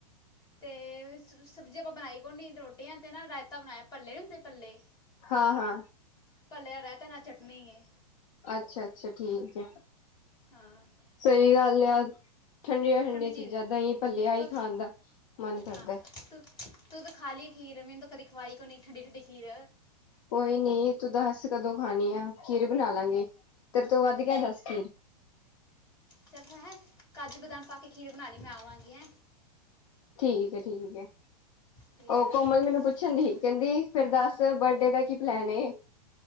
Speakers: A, on the left (about 20°); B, on the left (about 55°).
A: ਤੇ ਸਬਜ਼ੀ ਆਪਾਂ ਬਣਾਈ ਕੋਨੀ ਰੋਟੀਆਂ ਤੇ ਨਾ ਰਾਇਤਾ ਬਣਾਇਆ ਭੱਲੇ ਨੀ ਹੁੰਦੇ ਭੱਲੇ।
B: ਹਾਂ- ਹਾਂ।
A: ਭੱਲੋ ਦਾ ਰਾਇਤਾ ਨਾਲ ਚਟਣੀ ਹੈ।
B: ਅੱਛਾ- ਅੱਛਾ ਠੀਕ ਹੈ।
A: ਹਾਂ
B: ਸਹੀ ਗੱਲ ਯਾਰ। ਠੰਡੀਆਂ -ਠੰਡੀਆਂ
A: ਠੰਡੀ ਚੀਜ਼
B: ਚੀਜ਼ਾਂ ਦਹੀਂ ਭੱਲੇ ਆ ਹੀ
A: ਤੂੰ
B: ਖਾਣ ਦਾ ਮਨ ਕਰਦਾ
A: ਹਾਂ
B: ਹੈ।
A: ਤੂੰ ਤੂੰ ਤਾਂ ਖਾ ਲਈ ਖੀਰ, ਮੈਨੂੰ ਤਾਂ ਕਦੇ ਖਵਾਈ ਕੋਈ ਨਹੀਂ ਠੰਡੀ -ਠੰਡੀ ਖੀਰ।
B: ਕੋਈ ਨੀ ਤੂੰ ਦੱਸ ਕਦੋਂ ਖਾਣੀ ਆ, ਖੀਰ ਬਣਾ ਲਾਂਗੇ। ਤੇ ਤੂੰ ਵੱਧ ਗਿਆਦਾ ਸਕਰੀਮ
A: ਚੱਲ ਹੈਂ ਕਾਜੂ ਬਦਾਮ ਪਾ ਕੇ ਖੀਰ ਬਣਾ ਲਈ ਮੈਂ ਆਵਾਂਗੀ ਐ।
B: ਠੀਕ ਹੈ। ਠੀਕ ਹੈ
A: ਠੀਕ
B: ਉਹ ਕੋਮਲ
A: ਹੈ
B: ਮੈਨੂੰ ਪੁੱਛਣ
A: ਹਾਂ
B: ਦੀ ਸੀ ਕਹਿੰਦੀ ਫੇਰ ਦੱਸ? ਦੱਸ ਬਰਡੇ ਦਾ ਕੀ ਬਣਾਈ ਐ।